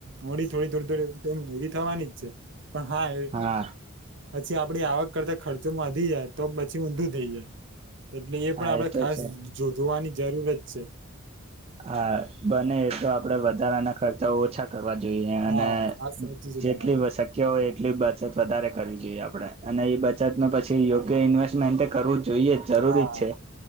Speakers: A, on the right; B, on the right.
A: મોડી થોડી થોડી થોડી ભેગી થવાની જ છે. પણ હા એ
B: હા
A: પછી આપડી આવક કરતા ખર્ચોમાં વધી જાય. તો પછી ઊંધું થઈ જાય એટલે એ
B: હા
A: પણ આપણે
B: તો
A: ખાસ
B: છે.
A: જોવાની જરૂર જ છે.
B: હા બને એ તો આપડે વધારાના ખર્ચા ઓછા કરવા જોઈએ
A: હા
B: અને
A: વાત સાચી છે
B: જેટલી
A: તમારી
B: શક્ય હોય એટલી બચત વધારે કરવી જોઈએ આપડે અને એ બચત ન પછી યોગ્ય ઇન્વેસ્ટમેન્ટ કરવું જ જોઈએ જ જરૂરી
A: હા
B: જ છે